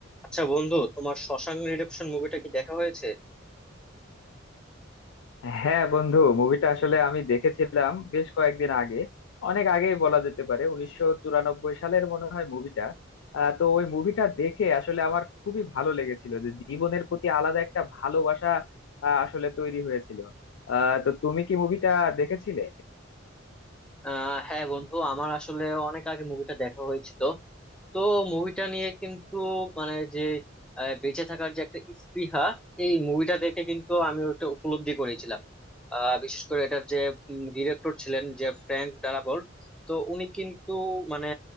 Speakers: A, in the centre; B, on the left.
A: আচ্ছা বন্ধু তোমার শশাঙ্ক রিডেম্পশন মুভিটা কি দেখা হয়েছে
B: হ্যাঁ বন্ধু মুভিটা আসলে আমি দেখেছিলাম বেশ কয়েকদিন আগে অনেক আগেই বলা যেতে পারে উনিশশো চুরানব্বই সালের মনে হয় মুভিটা আহ, তো ওই মুভিটা দেখে আসলে আমার খুবই ভালো লেগেছিল যে জীবনের প্রতি আলাদা একটা ভালোবাসা আহ, আসলে তৈরি হয়েছিল আহ তো তুমি কি মুভিটা দেখেছিলে
A: আহ হ্যাঁ বন্ধু আমার আসলে অনেক আগে মুভিটা দেখা হয়েছিল তো মুভিটা নিয়ে কিন্তু মানে যে আহ, বেঁচে থাকার যে একটা স্পৃহা এই মুভিটা দেখে কিন্তু আমি ওটা উপলব্ধি করেছিলাম আহ বিশেষ করে এটার যে ডিরেক্টর ছিলেন যে ফ্র্যাঙ্ক ডারাবল্ট তো উনি কিন্তু মানে